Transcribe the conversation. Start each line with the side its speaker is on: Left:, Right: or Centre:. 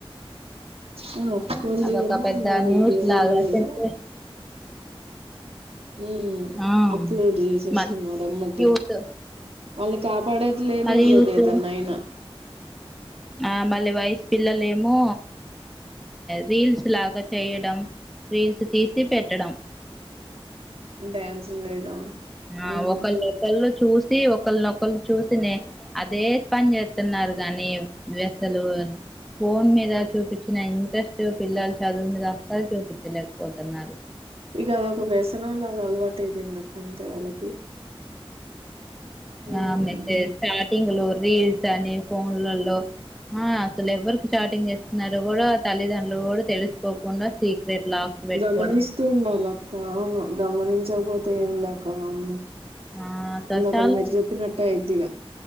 Right: ఆ ఫోటోలు
Centre: మ్, అదొక
Right: తీయడం
Centre: పెద్ద
Right: వీడియోలు
Centre: న్యూస్ లాగా
Right: తీయడం
Centre: చేస్తే.
Right: ఉ
Centre: ఆ
Right: అప్లోడ్ చేసేస్తున్నారు
Centre: మళ్ళీ
Right: ఎమ్మటే
Centre: యూత్
Right: వాళ్ళ కా పడేది లేదు
Centre: మళ్ళీ
Right: ఏం లేదు
Centre: యూత్
Right: ఏదన్నా అయినా
Centre: ఆ మళ్ళీ వయసు పిల్లలు ఏమో రీల్స్ లాగా చేయడం రీల్స్ తీసి పెట్టడం
Right: డ్యాన్సులు వేయడం
Centre: ఆ
Right: ఉమ్
Centre: ఒక లోకల్లో చూసి ఒకల్ ఒకళ్రు చూసి అదే పని చేస్తున్నారు గాని అసలు ఫోన్ మీద చూపిచ్చిన ఇంట్రెస్ట్ పిల్లల చదువు మీద అసల్ చూపించలేకపోతున్నారు
Right: ఇక అదొక వ్యసనం లాగా అలవాటు అయిపోయింది అక్క అంతే వాళ్ళకి ఉమ్
Centre: ఆ ఆమెయితే స్టార్టింగ్ లో రీల్స్ అని ఫోన్లలో ఆ అసలు ఎవ్వరికి చాటింగ్ చేస్తున్నారో కూడా తల్లిదండ్రులు కూడా తెలుసుకోకుండా సీక్రెట్ లాక్స్ పెట్టుకోవడం
Right: గమనిస్తూ ఉండాలి అక్కా అవును గమనించకపోతే ఏం లేకవా అమ్మ
Centre: ఆ అసలు
Right: ఇందకా
Centre: చాలా
Right: మీరు చెప్పినట్టే అయిద్దిగా